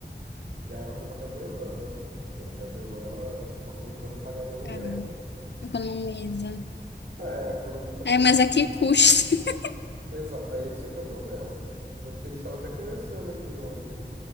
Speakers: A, on the right; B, on the left.
A: E aí ela foi pra casa da irmã, né? Porque na casa da irmã ela, ela supostamente ela não pagaria aluguel.
B: É. economiza.
A: É, economiza
B: É,
A: pelo
B: mas
A: menos.
B: a
A: um.
B: que custa? <laughs>
A: Exato, aí esse é que é o problema. Tanto que a gente estava até conversando aqui ontem,